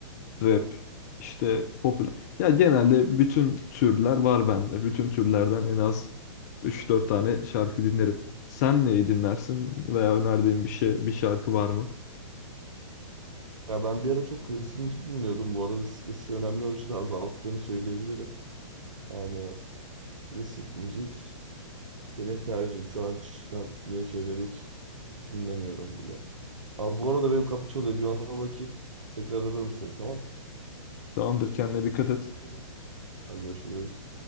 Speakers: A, on the left; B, on the right.
A: rap, işte popüler. Ya genelde bütün türler var bende. Bütün türlerden en az üç dört tane şarkı dinlerim. Sen neyi dinlersin veya önerdiğin bir şey, bir şarkı var mı?
B: Ya ben bir ara çok klasik müzik dinliyordum. Bu arada stresi önemli ölçüde azalttığını söyleyebilirim. Yani klasik müzik benim tercihim. Şu an çıkan yeni şeyleri hiç dinlemiyorum bile. Abi bu arada benim kapı çalıyor. Bir ona bakayım. Tekrar ararım seni tamam.
A: Tamamdır kendine
B: Tamamdır
A: dikkat
B: kendine
A: et.
B: dikkat et. Hadi görüşürüz.